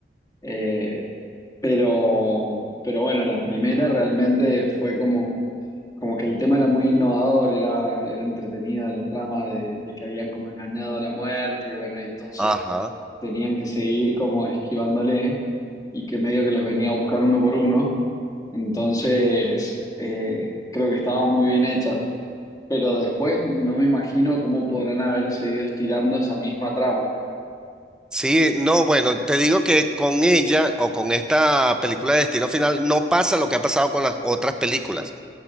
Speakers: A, on the left; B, in the centre.
A: eh, pero, pero bueno, la primera realmente fue como, como que el tema era muy innovador, era, era entretenida la trama de, de que habían como engañado a la muerte y bueno, y entonces
B: Ajá.
A: tenían que seguir como esquivándole y que medio que los venía a buscar uno por uno, entonces eh, creo que estaba muy bien hecha. Pero después no me imagino cómo podrán haber seguido estirando esa misma trama.
B: Sí, no, bueno, te digo que con ella o con esta película de Destino Final no pasa lo que ha pasado con las otras películas.